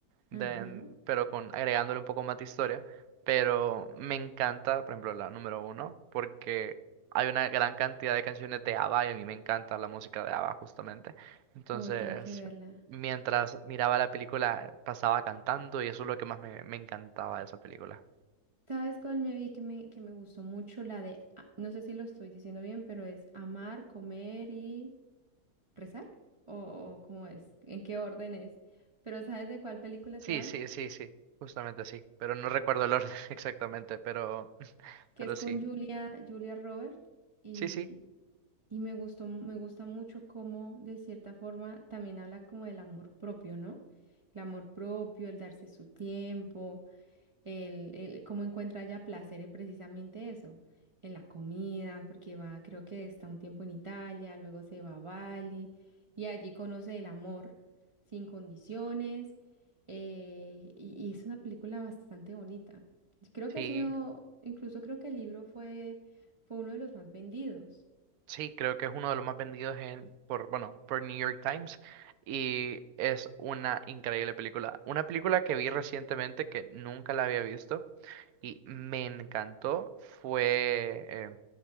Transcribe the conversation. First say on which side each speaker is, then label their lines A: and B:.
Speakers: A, on the right; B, on the right.
A: de-
B: Ajá.
A: pero con agregándole un poco más de historia. Pero me encanta, por ejemplo, la número uno, porque hay una gran cantidad de canciones de ABBA y a mí me encanta la música de ABBA justamente. Entonces,
B: Uy, tengo que verla.
A: mientras miraba la película, pasaba cantando y eso es lo que más me, me encantaba de esa película.
B: ¿Sabes cuál me vi que me, que me gustó mucho? La de, a- no sé si lo estoy diciendo bien, pero es amar, comer y rezar. ¿O o cómo es? ¿En qué orden es? Pero ¿sabes de cuál película
A: Sí,
B: te hablo?
A: sí, sí, sí, justamente sí. Pero no recuerdo el orden <laughs> exactamente, pero...
B: Que
A: Pero
B: es con
A: sí,
B: Julia, Julia Roberts y,
A: sí, sí,
B: y me gustó, me gusta mucho cómo de cierta forma también habla como del amor propio, ¿no? El amor propio, el darse su tiempo. el, el- cómo encuentra ella placer en precisamente eso, en la comida, porque va, creo que está un tiempo en Italia, luego se va a Bali y allí conoce el amor sin condiciones eh, y, y es una película bastante bonita. Creo que
A: sí,
B: ha sido, incluso creo que el libro fue, fue uno de los más vendidos.
A: sí, creo que es uno de los más vendidos en, por, bueno, por New York Times y es una increíble película. Una película que vi recientemente que nunca la había visto y me encantó fue eh,